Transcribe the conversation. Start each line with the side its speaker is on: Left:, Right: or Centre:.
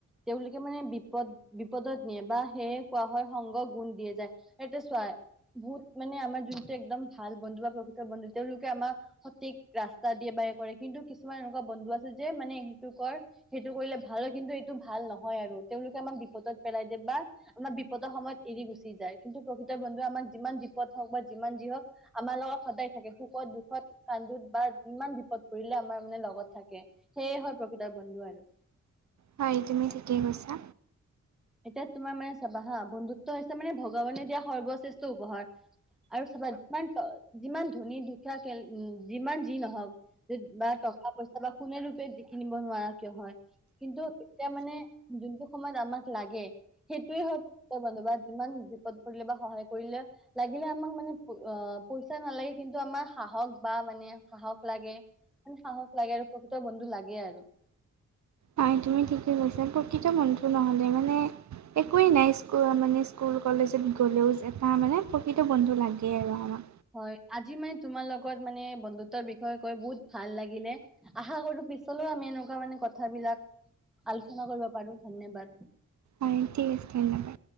Centre: তেওঁলোকে মানে। বিপদ, বিপদত নিয়ে বা সেয়ে কোৱা হয় সংগ গুণ দিয়ে যায় এয়া চাই। বহুত মানে আমাৰ যোনটো একদম ভাল বন্ধু বা প্ৰকৃত বন্ধু তেওঁলোকে আমাৰ সঠিক ৰাস্তা দিয়ে। কৰে কিন্তু কিছুমান এনেকুৱা বন্ধু আছে যে, মানে সেইটো কৰ সেইটো কৰিলে ভাল হয় কিন্তু এইটো ভাল নহয়। তেওঁলোকে আমাক বিপদত পেলাই দিয়, বা আমাৰ বিপদৰ সময়ত এৰি গুচি যায় কিন্তু প্ৰকৃত বন্ধুে আমাক। যিমান বিপদ হওক বা যিমান যি হওঁক আমাৰ লগত সদায় থাকে সুখত দুখত। কান্দোত বা যিমান বিপদ। ত পৰিলে আমাৰ মানে লগত থাকে সেয়ে হয় প্ৰকৃতৰ বন্ধু আৰু।
Right: হয় তুমি ঠিকেই কৈছা।
Centre: এতিয়া তোমাৰ মানে চাবা হা, বন্ধুত্ব হৈছে মানে ভগৱানে দিয়া সৰ্বশ্ৰেষ্ঠ উপহাৰ। আৰু চাবা যিমান, যিমান ধনী দুখীয়া যিমান যি নহওক বাটক। পইচা বা কোনে ৰূপে কিনিব নোৱাৰা কিয় হয় কিন্তু এতিয়া মানে যোনটো সময়ত। আমাক লাগে। সেইটোৱে হয় বন্ধু বা, যিমান বিপদ পৰিলে বা সহায় কৰিলে লাগিলে আমাক মানে অ। পইচা নালাগে কিন্তু আমাৰ সাহস বা মানে সাহস লাগে। মানে সাহস লাগে আৰু প্ৰকৃত বন্ধু লাগে আৰু।
Right: হয় তুমি ঠিকেই কৈছা, প্ৰকৃত বন্ধটো নহ'লে মানে। একোৱেই নাই স মানে স্কুল কলেজত গ'লেও এটা মানে প্ৰকৃত বন্ধু লাগেই আৰু আমাৰ।
Centre: হয় আজি মানে তোমাৰ লগত মানে বন্ধুত্বৰ বিষয়ে কৈ বহুত ভাল লাগিলে আশা কৰো। তাৰ পিছলৈও আমি এনেকুৱা মানে কথাবিলাক আলোচনা কৰিব পাৰো ধন্যবাদ।
Right: হয় ঠিক আছে ধন্যবাদ।